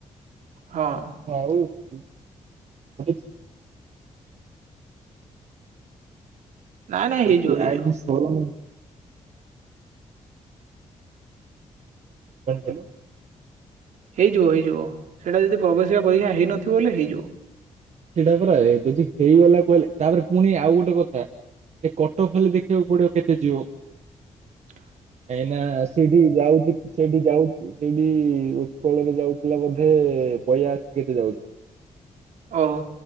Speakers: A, on the right; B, on the right.
A: ହଁ
B: ମୁଁ ଆଉ ଯିବିନି।
A: ନାଇଁ ନାଇଁ
B: <unintelligible>
A: ହେଇଯିବ ହେଇଯିବ।
B: ଆଇନି ସରୁନି। କଣ କହିଲୁ?
A: ହେଇଯିବ ହେଇଯିବ ସେଇଟା ଯଦି ପ୍ରବେଶିକା ପରୀକ୍ଷା ହେଇନଥିବ ବେଲେ ହେଇଯିବ।
B: ସେଟା ପରା ଯଦି ହେଇଗଲା କହିଲେ ତାପରେ ପୁଣି ଆଉ ଗୋଟେ କଥା। ଏ କଟଅଫ ଖାଲି ଦେଖିବାକୁ ପଡିବ କେତେ ଯିବ।
A: ହ।
B: ଏଇନା ସେଇଠି ଯାଉଛି ସେଇଠି ଯାଉ ସେଇଠି ଉତ୍କଳରେ ଯାଉଥିଲା ବୋଧେ ବାୟାଆଶି କେତେ ଯାଉଛି।
A: ଓହୋ।